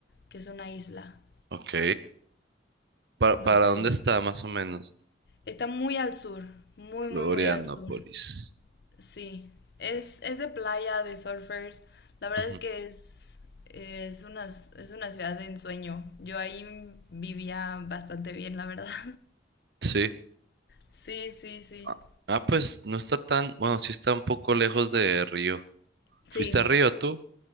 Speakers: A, on the left; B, on the right.
A: que es una isla.
B: Ok. ¿Para, para
A: No sé,
B: dónde está más o menos?
A: está muy al sur, muy,
B: Florianópolis.
A: muy, muy al sur. Sí, es, es de playa, de surfers. La verdad
B: Ujú,
A: es que es, es una, es una ciudad de ensueño. Yo ahí vivía bastante bien, la verdad. <laughs>
B: Sí.
A: Sí, sí, sí.
B: Ah, ah, pues no está tan, bueno, sí está un poco lejos de Río.
A: Sí,
B: ¿Fuiste a Río tú?